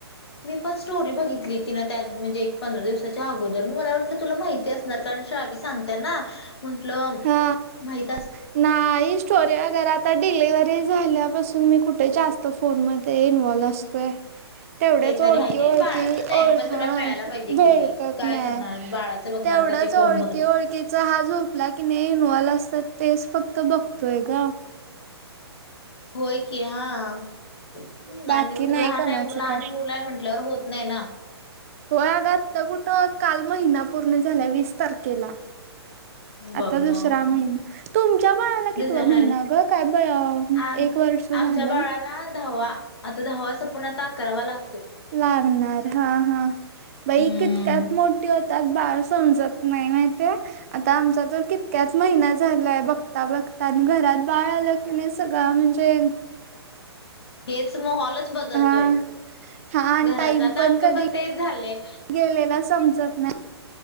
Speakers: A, on the left (about 70°); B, on the right (about 35°).
A: मी पण स्टोरी बघितली ति ना त्यात म्हणजे एक पंधरा दिवसाच्या अगोदर, म मला वाटलं तुला माहिती अस जर का श्रावी सांगता ना, म्हंटल
B: हा
A: माहीत
B: नाही स्टोऱ्या गरा आता डिलिव्हरी झाल्या. पासून मी कुठे जास्त फोन मध्ये इन्वॉल्व्ह असतोय. तेवढ्याच
A: ते तरी
B: ओळखी-ओळखी
A: आहे की नाही बाळातन टाइम
B: ओळ
A: पण
B: हा
A: तुला मिळायला पाहिजे
B: भेटत
A: की रे काय
B: नाय.
A: करणार बाळाचं बघणार
B: तेवढच
A: का ते फोन
B: ओळखी-ओळ
A: बघणे
B: खीचा हा झोपला कि नही? इनवॉल्व असतात तेच फक्त बघतोय ग.
A: होय की, हां. हम्
B: बाकी
A: आणि बोलती
B: नाही
A: का लहान
B: कोणाचं
A: ये, लहान
B: काय
A: मुलं य म्हटल्यावर होत नाही ना?
B: होय ग आत्ता कुठं? काल महिना पूर्ण झालाय, वीस तारखेला. आता
A: बघ मग
B: दुसरा महिना. तुमच्या बळाला कितवा
A: दुसऱ्या
B: महिना
A: ह
B: ग, काय ब
A: आम
B: एक वर्ष? झालं
A: आमच्या बाळाला, दहावा. आता दहावा संपुन् आता अकरावा लाग
B: लागणार, हां हां बाई
A: हम्म
B: कीतक्यात मोठे होतात बाळ, समजत नाही माहितीये, आता आमचा तर कीं क्यात महिना झालाय, बघता-बघता आणि घरात बाळ आलं की नही सगळं म्हणजे
A: हेच मोहलच बदलतोय.
B: हा हा अन
A: घराच
B: टाईम
A: आता
B: पण
A: आमचं
B: कधी
A: तेच झालंय
B: गेलेला समजत नाही.